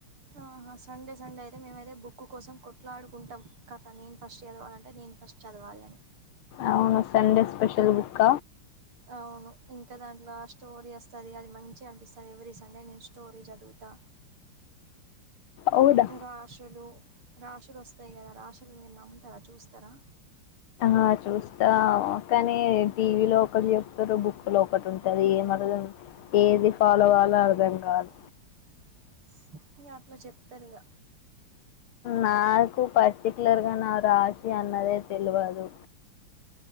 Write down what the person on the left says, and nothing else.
అవును సండే స్పెషల్ బుక్క
అవునా
ఆ చూస్తా కానీ టీవీలో ఒకటి చెప్తారు బుక్‌లో ఒకటి ఉంటది ఏం అ ఏది ఫాలోకావాలో అర్థం కాదు
నాకు పర్టికులర్గా నా రాశి అన్నదే తెలువదు